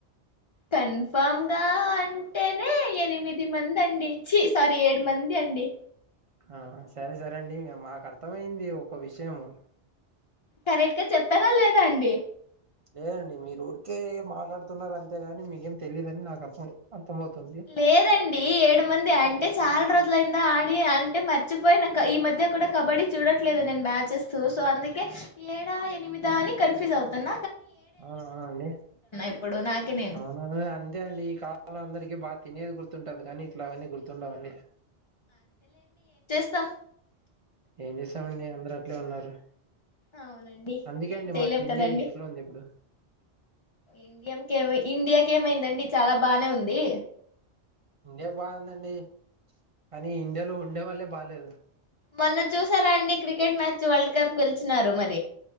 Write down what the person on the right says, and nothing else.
ఆ సరే సరేండి మాకు అర్థమయింది ఒక విషయంము
లేదండి మీరు ఊరికే మాట్లాడుతున్నారు అంతేగాని మీకేం తెలిదుని నాకు అర్థమవుతుంది అర్థం
అవునవునండి
అవునా అంతే అండి ఈ కాలంలో అందరికీ బా తినేది గుర్తుంటది కానీ ఇట్లా అవన్నీ గుర్తుండవ అండి
ఏం చేసామండి అందర ఇట్లే ఉన్నారు
అందుకే
అండి
మన ఇండియా
ఇట్లా ఉంది ఇప్పుడు
ఇండియాకి బాగుందండి కానీ ఇండియాలో ఉండే వాళ్లే బాలేదు